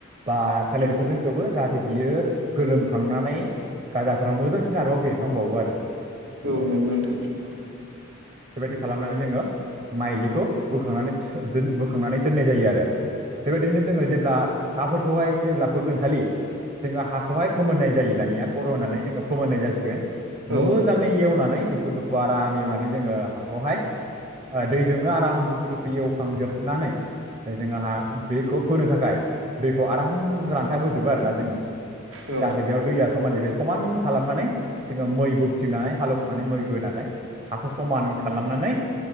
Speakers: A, on the right; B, on the right.
A: बा थालेटफोरजोंखौबो
B: औ
A: जाहाथे बियो गोलोमखांनानै गाजाफोरा मोजांसिन आरोबाव बेरखांबावो आरो बेबायदि
B: औ नंगौ नोंथां
A: खालामनानै जोङो माइलिखौ बोखांनानै बोखांनानै दोननाय जायो आरो बेबायदिनो जोङो जेब्ला हाफोरखौहाय जेब्ला फोगोन खालि जोङो हाखौहाय फोमोननाय जायो दानिया बर' होननानै जोङो फोमोननाय जासिगोन
B: औ
A: मोजाङै एवनानै दुफु दुफु आराम एवनानै जोङो हाखौहाय दैजोंनो आराम दुफु दुफु एवखांजोबनानै जोङोहा बेखौ फोनो थाखाय दैखौ आराम रान्थाबोजोबो आरोना जोङो जाहाथे
B: औ
A: बेयाव दैया समान जाहैबाय समान खालामनानै मै बोनानै हाल मै बोनानै हा खालामनानै